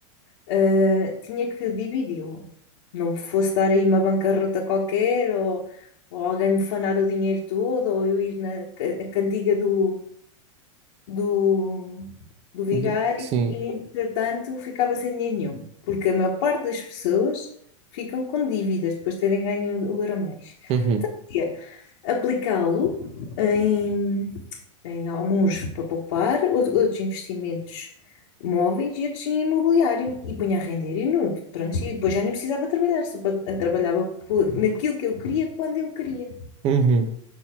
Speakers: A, on the left (about 70°); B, on the right (about 40°).
A: eh, tinha que dividi-lo. Não fosse dar aí uma bancarrota qualquer, ou, ou alguém me fanar o dinheiro todo, ou eu ir na ca- a cantiga do, do, do vigário
B: Do- Sim.
A: e, entretanto, ficava sem dinheiro nenhum. Porque a maior parte das pessoas ficam com dívidas depois de terem ganho o Euromilhões.
B: Uhum.
A: Tinha Aplicá-lo em tem alguns para poupar, outro- outros investimentos móveis e outros em imobiliário. E punha a render e nu, pronto, e depois já nem precisava trabalhar, só pa- trabalhava por- naquilo que eu queria, quando eu queria.
B: Uhum.